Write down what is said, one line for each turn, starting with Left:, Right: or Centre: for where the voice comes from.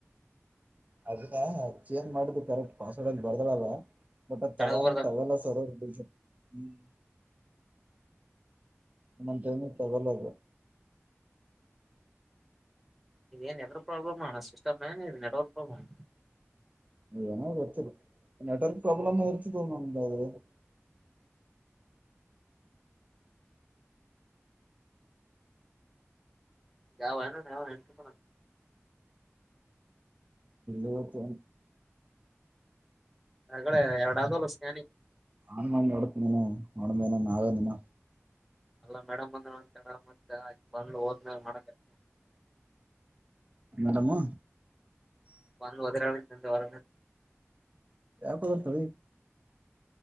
Right: ಅದ ಚೇನ್ ಮಾಡಿದ್ದು ಕರೆಕ್ಟ್ ಪಾಸ್ವಡ್ ಬರ್ದಳಲ್ಲ. ಮಟ
Centre: ಕೆಳಗ್
Right: ತಳ
Centre: ಬರ್ದ
Right: ತಳಲ ಸರವ್ಮ <unintelligible> ಒಂದೊಂದ್ ಟೈಮ್ ತಗಲಲ್ಲ ಅದು.
Centre: ಇದ್ ಎನ ಯೋಧರ ಸಮಸ್ಯೆ ಏನ್ ನೆಟ್ವರ್ಕ್ ಪ್ರಾಬ್ಲಮ್
Right: ಎನೋ ಗೋತ್ತಿಲ್ಲ ನೆಟ್ವರ್ಕ್ ಪ್ರಾಬ್ಲಮ ಇರ್ತಿದ್ವೋ <unintelligible>
Centre: ಯಾವನು ಹಾವ <unintelligible>
Right: ಇವತ್ ಯೇನ್.
Centre: ಹೆಗಡೆ ಎರಡಾದಲ್ಲ ಸ್ಕ್ಯಾನಿಂಗ್
Right: ಅನ್ ಮಾಡ ನೋಡುತ್ನ ನೋಡುದ್ ಮೇಲೆ ನಾನೇನ್ ಇಲ್ಲ.
Centre: ಅಲ್ಲಾ ಮೇಡಮ್ ಬಂದ್ರೇ ಒಂತರಾ ಮತ್ತ ಹಾಕಿ ಬಂದು ಹೋದ್ಮೇಲೆ ಮಾಡಕತಿ
Right: ಮೇಡಮು.
Centre: ಬಂದುದು ಒದರಳಂತ ವರ
Right: ಯ ಕೊತ ತ.